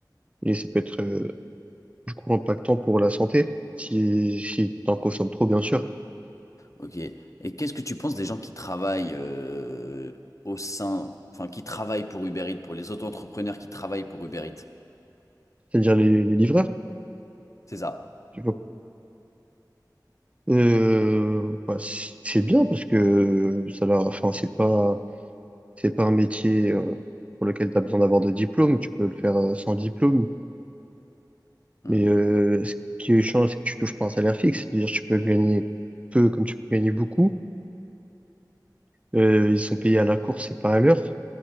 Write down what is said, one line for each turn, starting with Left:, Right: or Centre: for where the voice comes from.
Right: Et ça peut être euh, du coup impactant pour la santé si, si t'en consommes trop, bien sûr.
Left: Ok. Et qu'est-ce que tu penses des gens qui travaillent euh, au sein, enfin qui travaillent pour Uber Eats, pour les auto-entrepreneurs qui travaillent pour Uber Eats?
Right: C'est-à-dire les, les livreurs.
Left: C'est ça.
Right: tu vois. Euh, bah, c'est bien parce que ça leur, enfin, c'est pas C'est pas un métier euh, pour lequel tu as besoin d'avoir de diplôme, tu peux le faire euh, sans diplôme,
Left: Mhm.
Right: mais euh, ce qui change, c'est que tu touches pas un salaire fixe, c'est-à-dire que tu peux gagner peu comme tu peux gagner beaucoup. Euh, ils sont payés à la course et pas à l'heure.